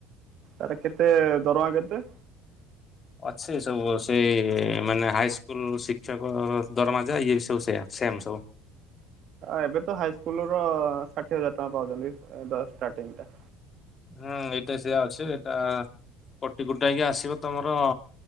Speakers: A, on the right; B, on the left.
A: ତାର କେତେ ଦରମା କେତେ?
B: ଅଛି ସବୁ ସେ ମାନେ ହାଇ ସ୍କୁଲ ଶିକ୍ଷକ ଦରମା ଯା ଇଏ ସବୁ ସେ ସେମ୍ ସବୁ।
A: ଏବେ ତ ହାଇସ୍କୁଲ ର ଷାଠିଏ ହଜାର ଟଙ୍କା ପାଉଛନ୍ତି ଦ ଷ୍ଟାର୍ଟିଂ ଟା।
B: ହୁଁ ଏଇଟା ସେଇଆ ଅଛି ଏଇଟା। କଟି କୁଟା କି ଆସିବ ତମର